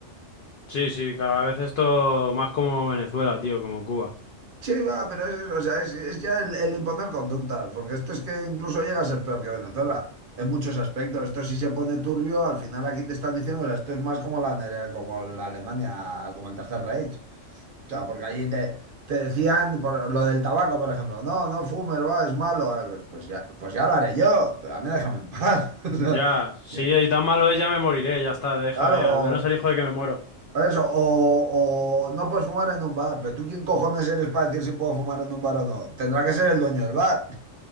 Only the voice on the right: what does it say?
Sí, va, pero es, es- o sea, es, es ya el, el imponer conductas, porque esto es que incluso llega a ser peor que Venezuela en muchos aspectos. Esto sí se pone turbio, al final aquí te están diciendo, o sea, esto es más como la, nere- como la Alemania, como el Tercer Reich. O sea, porque allí te, te decían por lo del tabaco, por ejemplo, no, no fumes, buah, es malo. Ah, Pues, pues ya, pues ya lo haré yo, pero a mí déjame en paz. <laughs> O sea,
que-
claro,
o-
por eso, o, o no puedes fumar en un bar, pero tú quién cojones eres para decir si puedo fumar en un bar o no. Tendrá que ser el dueño del bar.